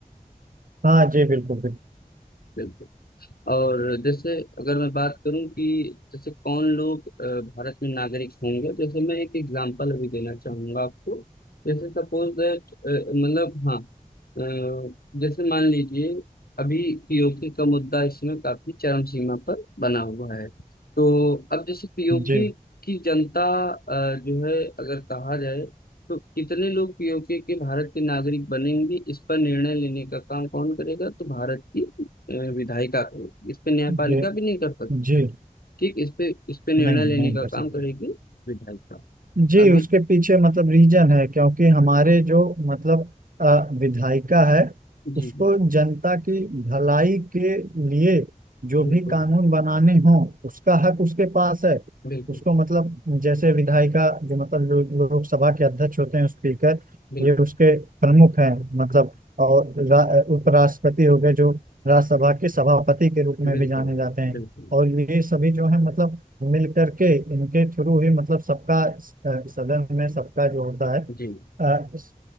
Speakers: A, on the right (about 65°); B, on the left (about 85°).
A: हाँ जी बिल्कुल बिल्कुल
B: बिल्कुल और जैसे अगर मैं बात करूं कि जैसे कौन लोग अ, भारत में नागरिक होंगे जैसे मैं एक एग्जांपल अभी देना चाहूंगा आपको जैसे सपोज दैट मतलब हाँ अ, जैसे मान लीजिए अभी पीओके का मुद्दा इस समय काफी चरम सीमा पर बना हुआ है तो अब जैसे पीओके
A: जी
B: की जनता अ, जो है अगर कहा जाए तो कितने लोग पीओके के भारत के नागरिक बनेंगे इस पर निर्णय लेने का काम कौन करेगा तो भारत की अ, विधायिका करेगी इस पे न्यायपालिका
A: जी
B: भी नहीं कर सकती
A: जी
B: ठीक इस पे इस पे निर्णय
A: नहीं नहीं
B: लेने का
A: कर
B: काम
A: सकते
B: करेगी विधायिका
A: जी
B: अभी
A: उसके पीछे मतलब रीजन है क्योंकि हमारे जो मतलब अ, विधायिका है
B: जी
A: उसको
B: जी
A: जनता की भलाई के लिए जो
B: बिल्कुल
A: भी कानून बनाने हों उसका हक उसके पास है
B: बिल्कुल
A: उसको मतलब जैसे विधायिका जो मतलब लो- लोकसभा के अध्यक्ष होते हैं स्पीकर
B: बिल्कुल
A: ये उसके प्रमुख हैं मतलब और रा, उपराष्ट्रपति हो गए जो राज्यसभा के सभापति के रूप में
B: बिल्कुल
A: भी जाने जाते हैं
B: बिल्कुल
A: और ये सभी जो है मतलब मिल करके इनके थ्रू ही मतलब सबका अ, सदन में सबका जो होता है
B: जी
A: अ, स-